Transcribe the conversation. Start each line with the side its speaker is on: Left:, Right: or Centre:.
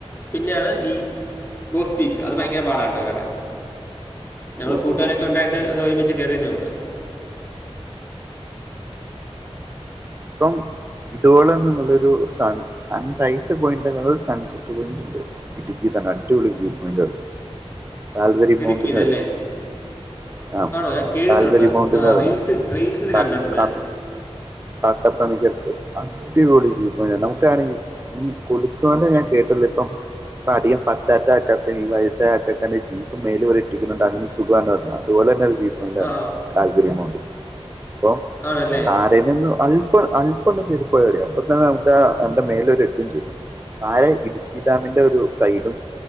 Left: പിന്നെയാണ് ഈ ബോസ്പീക്ക് അത് ഭയങ്കര പാടാട്ടോ കേറാൻ ഞങ്ങൾ
Right: ഓ
Left: കൂട്ടുകാരൊക്കെ
Right: ഓ
Left: ഒണ്ടായിട്ട് ഞങ്ങൾ ഒരുമിച്ച് കേറിന്നെള്ളൂ
Right: ഇപ്പം ഇതോളന്നുള്ളൊരു സൺ സൺറൈസ് പോയിന്റ്എന്നുള്ളത് സൺസെറ്റ് പോയിന്റ്ണ്ട് ഇടുക്കിതന്നെ അടിപൊളി വ്യൂ പോയിന്റ് താൽവരി
Left: ഇടുക്കിയിലല്ലേ
Right: മൗണ്ട് എന്ന് വരും ആഹ്
Left: ആണോ ഞാൻ കേട്ടിട്ടുണ്ട്
Right: കാൽവരി മൗണ്ട്എന്ന്
Left: ആ
Right: പറയണം
Left: റീൽസ് റീൽസിൽ
Right: ക
Left: കണ്ടിട്ടുണ്ട്
Right: ക
Left: ഞാൻ
Right: തട്ടപ്പണക്ക് അടുത്ത് അടിപൊളിവ്യൂ നമുക്കാണെങ്കി ഈ കൊളുക്കുമല ഞാൻ കേട്ടല്ലോ ഇപ്പംഇപ്പ അധികം പറ്റാറ്റ ആക്കാർ ഈ വയസ്സായആക്കക്കെന്റെ ജീപ്പ് മേലിവരെ എട്ടിക്കുന്നുണ്ട് അങ്ങനെഒരുസുഖമാണ്ഒരുപാട് തന്നെഅതൊരുവിപോയിന്റ്
Left: ആ
Right: ആണ് താല്പര്യംമോണ്ട് അപ്പോ
Left: ആണല്ലേ
Right: താ അതെനിന്ന് അല്പ്പാ അല്പണ്ണംകേറി പോയമതി അപ്പതന്നെ നമ്മക്കാആയിന്റെമേലെ വരെ എന്തെയും ചെയ്യും താഴെ ഇടുക്കിഡാമിന്റെ ഒരു സൈഡും